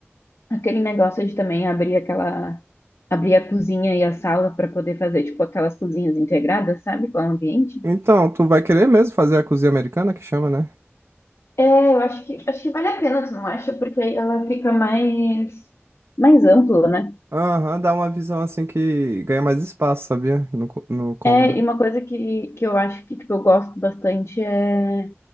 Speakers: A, on the left (about 65°); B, on the right (about 65°).
A: aquele negócio de também abrir aquela, abrir a cozinha e a sala pra poder fazer, tipo, aquelas cozinhas integradas, sabe? Com o ambiente.
B: Então, tu vai querer mesmo fazer a cozinha americana que chama, né?
A: É, eu acho que, acho que vale a pena, tu não acha? Porque aí ela fica mais, mais ampla, né?
B: Aham, dá uma visão assim que ganha mais espaço, sabia? No, cô- no cômodo.
A: É, e uma coisa que, que eu acho que, tipo, eu gosto bastante é